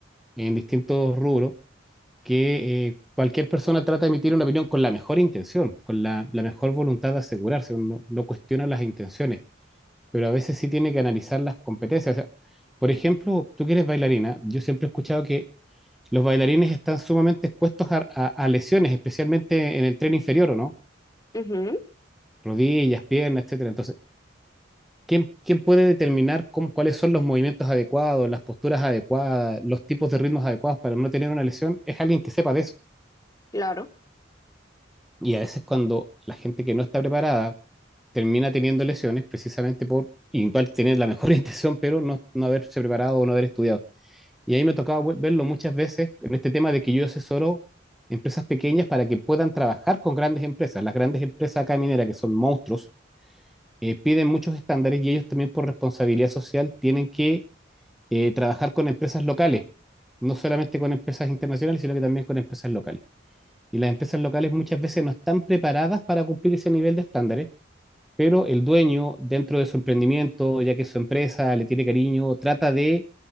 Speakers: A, in the centre; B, on the left (about 20°).
A: en distintos rubros, que eh, cualquier persona trata de emitir una opinión con la mejor intención, con la, la mejor voluntad de asegurarse, uno no cuestiona las intenciones pero a veces sí tiene que analizar las competencias. O sea, por ejemplo, tú que eres bailarina, yo siempre he escuchado que los bailarines están sumamente expuestos a, a- a lesiones, especialmente en el tren inferior, ¿o no?
B: <laughs> Ujú,
A: Rodillas, piernas, etcétera. Entonces, ¿quién, quién puede determinar cómo- cuáles son los movimientos adecuados, las posturas adecuadas, los tipos de ritmos adecuados para no tener una lesión? Es alguien que sepa de eso.
B: claro.
A: Y a veces cuando la gente que no está preparada termina teniendo lesiones precisamente por igual tener la mejor <laughs> intención, pero no, no haberse preparado o no haber estudiado. Y ahí me tocaba vu- verlo muchas veces en este tema de que yo asesoro empresas pequeñas para que puedan trabajar con grandes empresas. Las grandes empresas acá mineras, que son monstruos, eh, piden muchos estándares y ellos también por responsabilidad social tienen que eh, trabajar con empresas locales, no solamente con empresas internacionales, sino que también con empresas locales. Y las empresas locales muchas veces no están preparadas para cumplir ese nivel de estándares, pero el dueño, dentro de su emprendimiento, ya que su empresa le tiene cariño, trata de